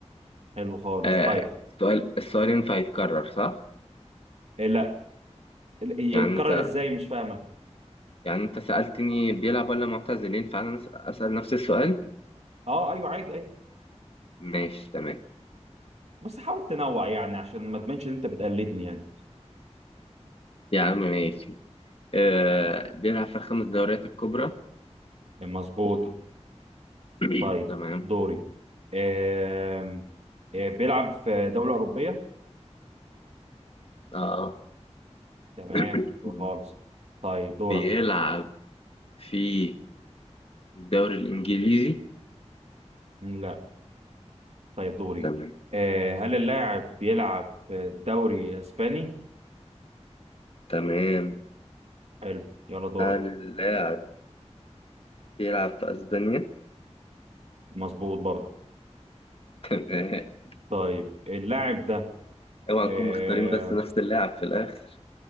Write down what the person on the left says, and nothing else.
آه
السؤال السؤال ينفع يتكرر صح؟
يعني
انت
يعني انت سألتني بيلعب ولا معتزل ينفع انا أس- اسأل نفس السؤال؟
ماشي تمام
يا عم ماشي آه بيلعب في الخمس دوريات الكبرى
<clears throat>
تمام
اه
<clears throat>
بيلعب في الدوري الانجليزي
تمام
تمام
هل اللاعب بيلعب في اسبانيا؟
<laughs>
اوعى
نكون مختارين بس نفس اللاعب في الاخر